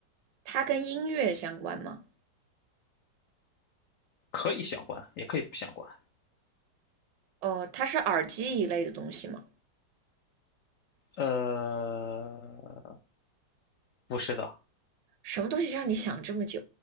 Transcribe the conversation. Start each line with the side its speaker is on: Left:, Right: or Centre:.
Right: 它跟音乐相关吗？
Left: 可以相关，也可以不相关，
Right: 哦、它是耳机一类的东西吗？
Left: 呃，不是的，
Right: 什么东西让你想这么久？